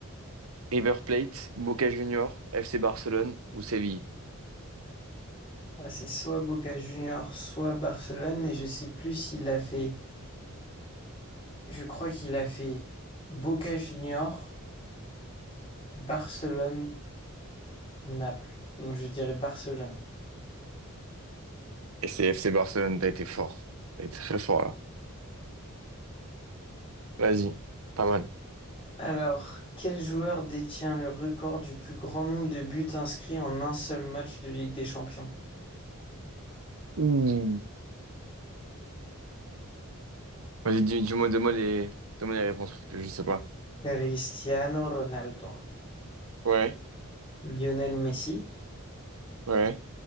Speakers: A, on the right; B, on the left.
A: River Plate, Boca Juniors, FC Barcelone ou Séville?
B: Ouais, c'est soit Boca Junior, soit Barcelone, mais je sais plus s'il a fait. Je crois qu'il a fait Boca Junior, Barcelone, Naples. Donc je dirais Barcelone.
A: Et c'est FC Barcelone, t'as été fort. T'as été très fort, là. Vas-y. Pas mal.
B: Alors, quel joueur détient le record du plus grand nombre de buts inscrits en un seul match de Ligue des Champions?
A: Ouh. Vas-y, dis, dis-moi, donne-moi les... donne-moi les réponses, parce que je sais pas.
B: Cristiano Ronaldo,
A: Ouais,
B: Lionel Messi,
A: ouais.